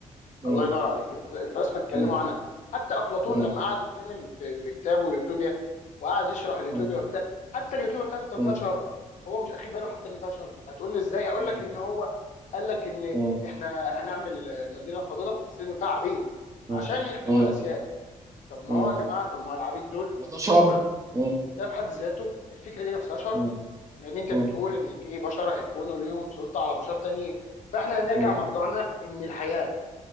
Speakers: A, on the right; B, on the left.
A: م-
B: الله ينور عليك الف- الفلاسفه اتكلموا
A: م-
B: عنها حتى افلاطون
A: م-
B: لما قعد يتكلم في, في كتابه يوتوبيا وقعد يشرح اليوتوبيا
A: م- م-
B: وكده حتى اليوتوبيا بتاعته كان
A: م-
B: فيها شر
A: م-
B: هو مش اخد باله حتى ان فيها شر هتقول لي ازاي هقول
A: م-
B: لك ان هو قال لك ان
A: م-
B: احنا هنعمل مدينه فاضله بس لازم فيها عبيد
A: م-
B: عشان يخدموا الاسياد طب ما
A: م.
B: هو يا جماعه طب ما هو العبيد دول
A: وده شر
B: تمام
A: م-
B: ده في حد ذاته الفكره دي نفسها شر
A: م-
B: لان انت
A: م-
B: بتقول ان في بشر هيكونوا ليهم سلطه على بشر تانيين فاحنا هنرجع
A: م-
B: مرجعنا ان الحياه